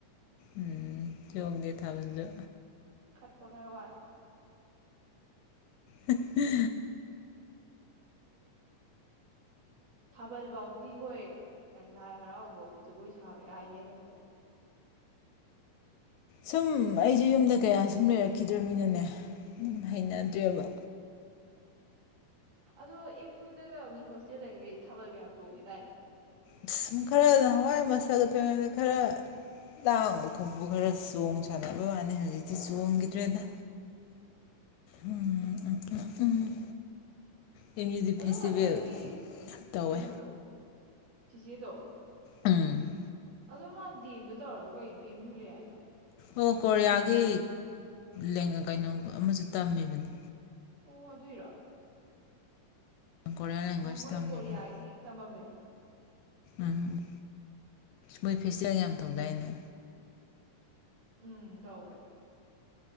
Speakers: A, on the left; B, on the right.
A: ꯎꯝ ꯆꯣꯡꯗꯦ ꯊꯥꯕꯟꯖꯨ
B: ꯄ ꯈꯔ ꯋꯥꯠꯂꯦ
A: ꯍ ꯍꯥ
B: ꯊꯥꯕꯜ ꯐꯥꯎꯗꯤ ꯍꯣꯏ ꯂꯥꯏ ꯍꯔꯥꯎ ꯐꯥꯎꯗꯤ ꯖꯒꯣꯏ ꯁꯥꯕ ꯌꯥꯏꯍꯦ ꯅꯪꯖꯨ
A: ꯁꯨꯝ ꯑꯩꯖꯨ ꯌꯨꯝꯗ ꯀꯌꯥ ꯁꯨꯝ ꯂꯩꯔꯛꯈꯤꯗ꯭ꯔꯝꯅꯤꯅ ꯅꯦ
B: ꯎꯝ
A: ꯍꯩꯅꯗ꯭ꯔꯦꯕ
B: ꯑꯗꯣ ꯑꯦꯝ ꯌꯨꯗꯒ ꯃꯤ ꯍꯣꯁꯇꯦꯜ ꯂꯩꯕꯒꯩ ꯊꯥꯕꯜꯒ ꯌꯥꯝ ꯆꯣꯡꯉꯦꯗꯥꯏꯅꯦ
A: ꯁꯨꯝ ꯈꯔ ꯅꯍꯋꯥꯏ ꯑꯃ ꯃꯁꯇ꯭ꯔ ꯀꯥꯔꯤꯉꯩꯗ ꯈꯔ ꯂꯥꯡꯕ ꯈꯣꯠꯄ ꯈꯔ ꯆꯣꯡ ꯁꯥꯟꯅꯕ ꯋꯥꯅꯤ ꯍꯧꯖꯤꯛꯇꯤ ꯆꯣꯡꯈꯤꯗ꯭ꯔꯦꯗ ꯎꯝ ꯎꯝ ꯑꯦꯝ ꯌꯨ ꯗꯤ
B: ꯑꯗꯣ
A: ꯐꯦꯁꯇꯤꯚꯦꯜ
B: ꯉꯁꯥꯏꯒꯤ
A: ꯇꯧꯋꯦ
B: ꯀꯩꯅꯣꯗꯣ ꯆꯤꯆꯦꯗꯣ
A: ꯎꯝ
B: ꯑꯗꯣ ꯃꯥ ꯗꯤ ꯑꯦꯝꯗ ꯇꯧꯔꯒ ꯀꯩꯅꯣ ꯑꯦꯝ ꯌꯨ ꯂꯩ ꯍꯥꯏꯗꯣ
A: ꯑꯣ ꯀꯣꯔꯤꯌꯥꯒꯤ ꯂꯦꯡꯀꯩꯅꯣ ꯑꯃꯁꯨ ꯇꯝꯃꯤꯕꯅꯦ
B: ꯑꯣ ꯑꯗꯨꯏꯔꯣ
A: ꯀꯣꯔꯤꯌꯥꯟ ꯂꯦꯡꯒ꯭ꯋꯦꯖ
B: ꯑꯣ ꯃꯣꯏ
A: ꯇꯝꯃꯤꯕꯅꯤ
B: ꯀꯣꯔꯤꯌꯥꯒꯤ ꯇꯝꯕꯝ ꯂꯩꯕꯅꯦ ꯗꯣ
A: ꯎꯝ ꯃꯣꯏ ꯐꯦꯁꯇꯤꯚꯦꯜ ꯌꯥꯝ ꯇꯧꯗꯥꯏꯅꯦ
B: ꯎꯝ ꯇꯧꯕꯅꯦ